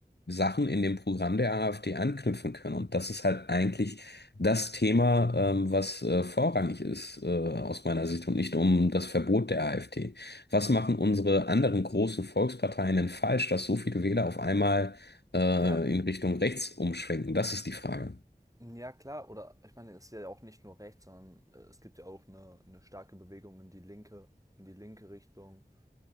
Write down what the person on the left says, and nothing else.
Sachen in dem Programm der AfD anknüpfen können. Und das ist halt eigentlich das Thema, ähm, was äh, vorrangig ist äh, aus meiner Sicht und nicht um das Verbot der AfD. Was machen unsere anderen großen Volksparteien denn falsch, dass so viele Wähler auf einmal äh,
in Richtung rechts umschwenken? Das ist die Frage.